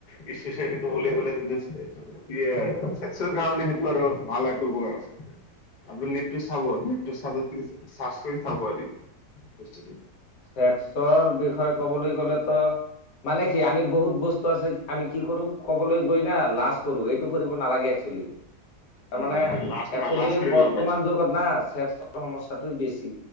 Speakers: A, on the left (about 60°); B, on the left (about 90°).
A: বিশ্ব চাহবীটোব গাললে বধছে <unintelligible> এ স্বাস্থ্য কাৰণে সেইটো আৰু ভাল এটা উপকাৰ আছে। আ নেটো চাব নেটো চ চাৰ্চ কৰি চাব এদিন বস্তুটো
B: চেক্সৰ বিষয়ে ক'বলৈ গ'লেতো মানে কি আমি বহুত বস্তু আছে আমি কি কৰো কবলৈ গৈ না লাজ কৰো এইটো কৰিব নালাগে একচোয়েলি। তাৰ মানে
A: নহয় লাজ নহয়
B: একচেলি
A: লাজ কৰি
B: বৰ্তমান
A: লাভ নাই
B: যুগত না চেক সমস্যাটো বেছি